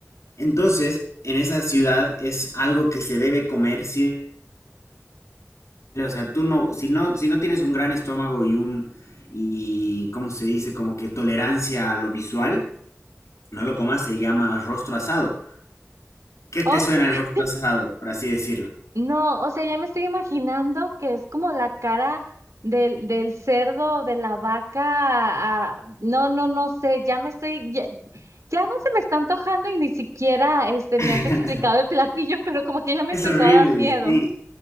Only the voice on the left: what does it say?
Entonces, en esa ciudad es algo que se debe comer, sí, o sea, tú no, si no, si no tienes un gran estómago y un, y, ¿cómo se dice? Como que tolerancia a lo visual, no lo comas, se llama rostro asado. ¿Qué te
suena el rostro asado, por así decirlo?
<laughs>
Es
horrible,
sí.